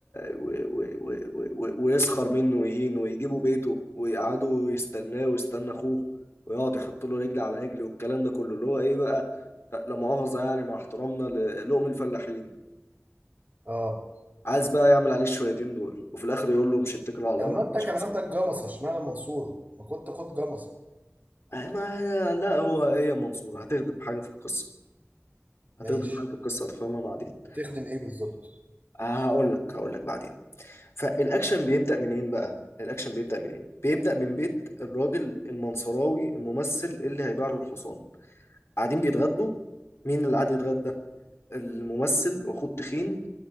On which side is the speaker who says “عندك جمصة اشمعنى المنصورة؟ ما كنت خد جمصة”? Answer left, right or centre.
Right